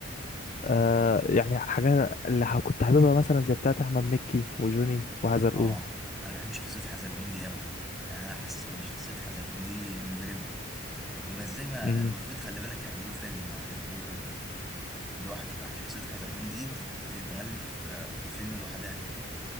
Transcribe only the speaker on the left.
آه، يعني حاجات اللي ح- كنت حاببها مثلا زي بتاعت احمد مكي وجوني وحزلقوه
امم